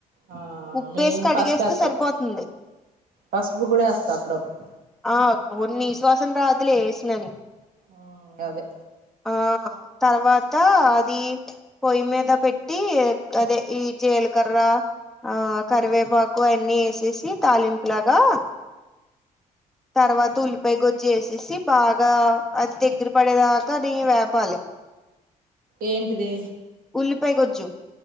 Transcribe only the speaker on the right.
ఆ
మేము
పసుపేత్తాం
పసుపు కూడా ఏస్తా అప్పుడప్పుడు
ఆ గదే
ఏంటిది